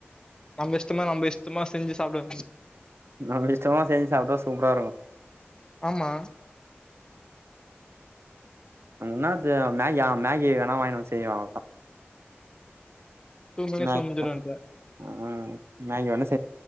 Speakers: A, on the left; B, on the right.
A: நம்ப இஷ் சும்மா நம்ப இஷ்டமா செஞ்சு சாப்பட
B: நம்ம இஷ்டமா செஞ்சு சாப்ட்டா சூப்ரா இருக்கு
A: ஆமா
B: என்னாது மேகியா மேகி வேணா வாய்ண்டு வந்து செய்வ அவ்ளோதா
A: டூ மினிட்ஸ்ல
B: மேக்
A: முடிஞ்சிருன்ற
B: <inaudible> ம் மேகி வேணா செ